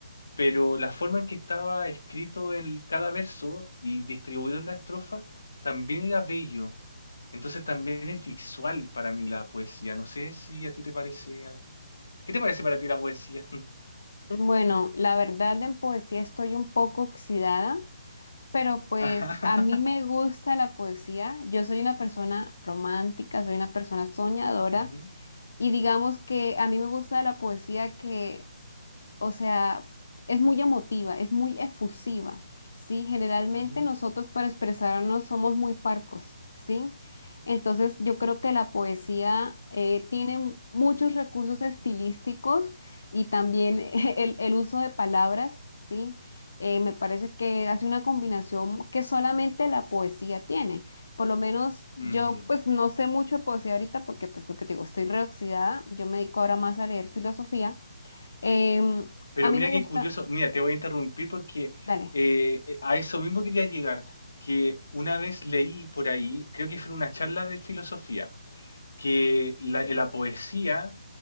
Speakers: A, on the left; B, on the left.
A: Pero la forma en que estaba escrito en cada verso y distribuido en la estrofa también era bello entonces también es visual para mí la poesía. No sé si a ti te parece... ah, ¿Qué te parece para ti la poesía? <laughs>
B: Bueno, la verdad en poesía estoy un poco oxidada, pero pues
A: Ajá.
B: a mí me gusta la poesía, yo soy una persona romántica, soy una persona soñadora,
A: Ujú,
B: y digamos que a mí me gusta la poesía que o sea, es muy emotiva, es muy efusiva, ¿sí? Generalmente
A: ujú,
B: nosotros para expresarnos somos muy parcos, ¿sí? Entonces yo creo que la poesía eh, tiene m- muchos recursos estilísticos y también <laughs> el, el uso de palabras, ¿sí? Eh, me parece que hace una combinación que solamente la poesía tiene. Por lo menos yo
A: ujú.
B: pues no sé mucho de poesía ahorita porque pues lo que te digo, estoy reoxidada, yo me dedico ahora más a leer filosofía. Em,
A: Pero
B: a mí
A: mira
B: me gusta,
A: qué curioso. Mira, te voy a interrumpir porque
B: dale,
A: eh, eh, a eso mismo quería llegar, que una vez leí por ahí, creo que fue en una charla de filosofía, que la, eh, la poesía